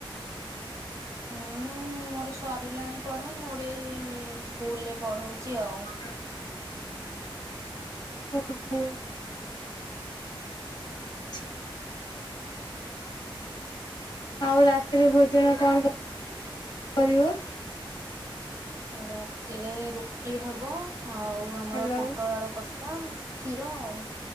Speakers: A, on the right; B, on the left.
A: ହୁଁ। ହୁଁ ମୋର ସରିଲାଣି ପଢା ମୁଁ ଗେଟେ ସ୍କୁଲରେ ପଢଉଛି ଆଉ।
B: ହ ଓ ହୋ। ଆଛା।
A: ହୁଁ
B: ଆଉ ରାତିରେ ଭୋଜନ କଣ କରିବ?
A: ରାତିରେ ରୁଟି ହବ ଆଉ ଆମର
B: ହ୍ୟାଲୋ
A: ପୋଟଳ ଆଳୁ କଷା। ତା ହ କ୍ଷୀର ଆଉ।